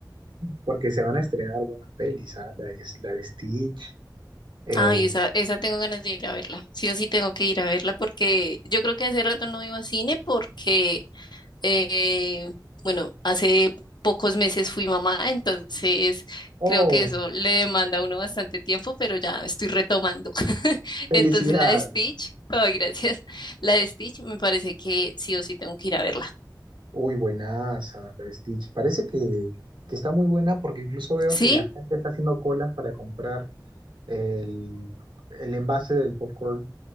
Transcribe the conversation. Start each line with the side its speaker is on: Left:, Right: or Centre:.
Right: Porque se van a estrenar buenas pelis, ¿ah? La de, la de Stitch. eh,
Left: Ay, esa, esa tengo ganas de ir a verla. Sí o sí tengo que ir a verla porque yo creo que hace rato no iba a cine porque Eh, bueno, hace pocos meses fui mamá, entonces
Right: oh,
Left: creo que eso le demanda a uno bastante tiempo, pero ya estoy retomando. <laughs>
Right: felicidad.
Left: Entonces la de Stitch, <laughs> ay, gracias. La de Stitch me parece que sí o sí tengo que ir a verla.
Right: Uy, buenaza, la de Stitch. Parece que, que está muy buena porque incluso veo
Left: ¿Sí?
Right: que la gente está haciendo colas para comprar el, el envase del popcorn,